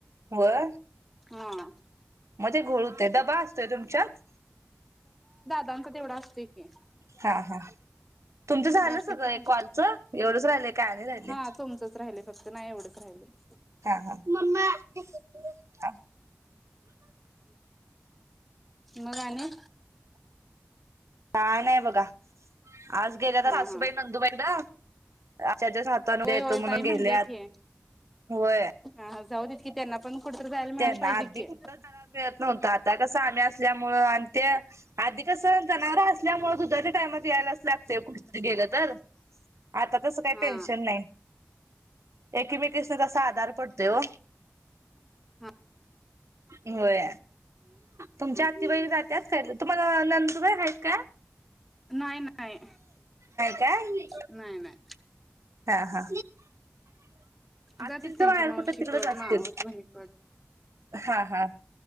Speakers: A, on the right (about 90°); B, in the centre.
A: व्हय
B: हा
A: मग ते घोळ होतोय डबा असतोय तुमच्यात?
B: सांग ग तेवढा? की
A: हा हा तुमच झालं
B: बाकीच
A: सगळं एक
B: पण
A: कॉल च एवढंच राहिलयं काय आणि राहिलयं?
B: हा तुमचंच राहिलय फक्त नाही एवढंच राहिलयं.
A: हा हा मम्मा कसं? आ
B: <inaudible> मग आणि
A: काय नाय बघा. आज गेल्यात
B: हा
A: सासूबाई
B: हा
A: नंदुबाईकडं. आजच्या दिवस राहतो उद्या
B: होय
A: येतो
B: होय
A: म्हणून
B: ताई म्हणल्या
A: गेल्यात
B: की
A: होय?
B: हा हा जाऊ देत की त्यांना पण कुठेतरी जायला मिळायला
A: त्यांना
B: पाहिजे
A: आधी
B: की.
A: कुठ जायल मिळत नव्हतं आता कस आम्ही असल्यामुळे आणि ते आधी कस जनावर असल्यामुळे दुधाच्या टाईमात यायलाच लागतय कुठतरी गेलं तर - आता तसं काही
B: हा.
A: टेन्शन नाही. एकमेकीसनी तसा आधार पडतोय ओ
B: हा
A: व्हय तुमच्या आत्तीबाई जात्यात का तुम्हाला नंदूबाई आहेत काय?
B: नाही नाही
A: काय
B: नाही नाही
A: हा हा
B: जातात
A: आत्तींचं
B: त्यांच्या
A: माहेर
B: मावशीकड
A: कुठं तिकडच असतील
B: मावस बहिणी कडे
A: हा हा